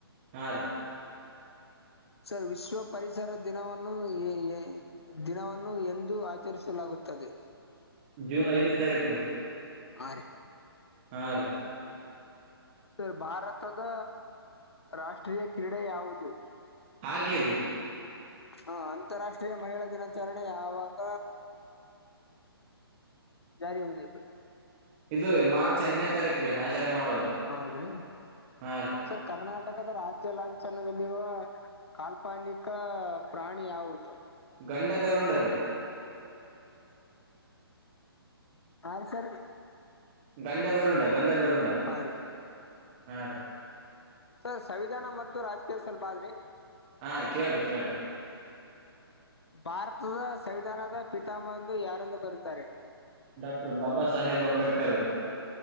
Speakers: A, on the right; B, on the left.
A: ಹಾ ರೀ.
B: ಸರ್ ವಿಶ್ವ ಪರಿಸರ ದಿನವನ್ನು ಎ ಎ ಎ ದಿನವನ್ನು ಎಂದು ಆ ಚರಿಸಲಾಗುತ್ತದೆ
A: ಜೂನ್ ಐದನೇ ತಾರೀಕ ರೀ
B: ಹಾ ರಿ
A: ಹಾ ರೀ
B: ಸರ್ ಭಾರತದ ರಾಷ್ಟ್ರೀಯ ಕ್ರೀಡೆ ಯಾವುದು.
A: ಹಾಕಿ ರೀ.
B: ಹಾ ಅಂತಾರಾಷ್ಟ್ರೀಯ ಮಹಿಳಾ ದಿನಾಚರಣೆ ಯಾವಾಗ ಜಾರಿಗೆ ಬಂದಿತು.
A: ಇದು ರೀ ಮಾರ್ಚ್ ಎಂಟನೇ ತಾರೀಕ್ರೀ ಆಚರಣೆ ಮಾಡೋದು
B: ಹೌದ್ರಿ
A: ಹಾ ರೀ.
B: ಸರ್ ಕರ್ನಾಟಕದ ರಾಜ್ಯ ಲಾಂಛನದಲ್ಲಿರುವ ಕಾಲ್ಪನಿಕ ಪ್ರಾಣಿ ಯಾವುದು.
A: ಗಂಡ ಬೇರುಂಡ ರೀ
B: ಆನ್ಸರ್
A: ಗಂಡಬೇರುಂಡ ಗಂಡಬೇರುಂಡ
B: ಹಾ ರೀ
A: ಹಾ ರೀ
B: ಸರ್ ಸಂವಿಧಾನ ಮತ್ತು ರಾಜಕೀಯದ ಸ್ವಲ್ಪ ಆದ್ರಿ
A: ಹಾಂ ರೀ ಕೇಳ್ರಿ ಕೇಳ್ರಿ
B: ಭಾರತದ ಸಂವಿಧಾನದ ಪಿತಾಮಂಬ ಎಂದು ಯಾರನ್ನು ಕರತಾರೆ
A: ಡಾಕ್ಟರ್ ಬಾಬಾ ಸಾಹೇಬ್ ಅಂಬೇಡ್ಕರ್